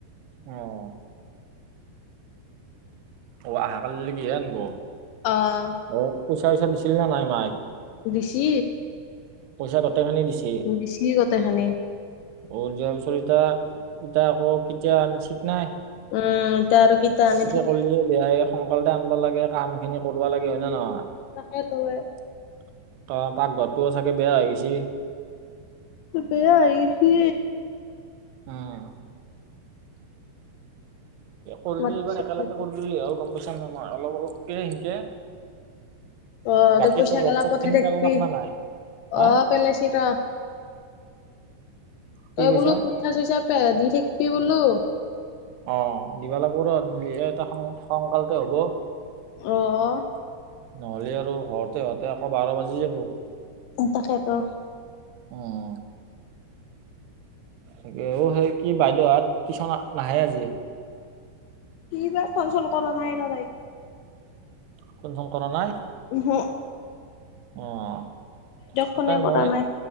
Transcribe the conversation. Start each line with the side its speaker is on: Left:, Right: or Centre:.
Right: অ'। অ', আহা কালিল লেগি হে আনিব।
Left: অ',
Right: অ', পইচা চইচা দিছিল না নাই মাই?
Left: দিছি।
Right: পইচা গোটেখিনি দিছি।
Left: উ, দিছি গোটেখিনি।
Right: অ', দিয়াৰ পিছত ইটা, ইটা আকৌ কিতিয়া ঠিক নাই।
Left: উম, ইটা আৰু কিটা আানি ঠিক
Right: কলিয়ে বেয়াই, সোনকালতে আনবা লাগে, কাম খিনি কৰবা লাগে। হয় না নহয়?
Left: তাকতো এ।
Right: ত', পাকঘৰটোও চাগে বেয়া হৈ গৈছি।
Left: বেয়া হৈ গেইছি।
Right: অ'। কৰিলি
Left: মাতিছে
Right: এইবাৰ একেলগে
Left: দিলে।
Right: কৰলিয়ে হ'ল, গম পাইছা না নাই, অলপ অলপকে ই।
Left: অ
Right: বাকী
Left: তই পইচা
Right: তো ৰোড
Left: গেলা
Right: চোদ
Left: পঠাই
Right: খিনি
Left: থাকবি
Right: পেললাক না নাই? হা?
Left: অ পেলাইছি ৰ
Right: কি
Left: তই
Right: কৈছা?
Left: বোলো পইচা চইচা তে দি থাকবি বোলো।
Right: অ', দিবা লাগব' ৰহ, দিলিহে এটা সোনকালতে হ'ব।
Left: অ', অ'।
Right: নহ'লি আৰু হওঁতে হওঁতে আকৌ বাৰ বাজি যাব।
Left: তাকেতো।
Right: উম, উম। তাকে, অ', সেই কি, বাইদেউ হাত টিউচন নাহে আজি।
Left: কি, বা, ফোন চোন কৰা নাই ৰ', তাইক।
Right: ফোন চোন কৰা নাই!
Left: ওহ।
Right: অ',
Left: ফোনে
Right: তাকে
Left: কৰা
Right: মই
Left: নাই